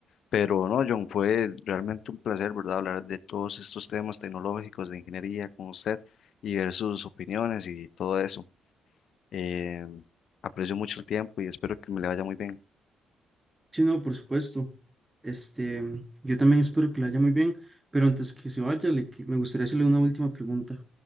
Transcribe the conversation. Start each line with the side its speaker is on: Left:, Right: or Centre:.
Left: Pero no, John, fue realmente un placer, ¿verdad? Hablar de todos estos temas tecnológicos de ingeniería con usted y ver sus opiniones y todo eso. Eh, aprecio mucho el tiempo y espero que me le vaya muy bien.
Right: Sí, no, por supuesto. Este, yo también espero que le vaya muy bien, pero antes que se vaya, le que- me gustaría hacerle una última pregunta.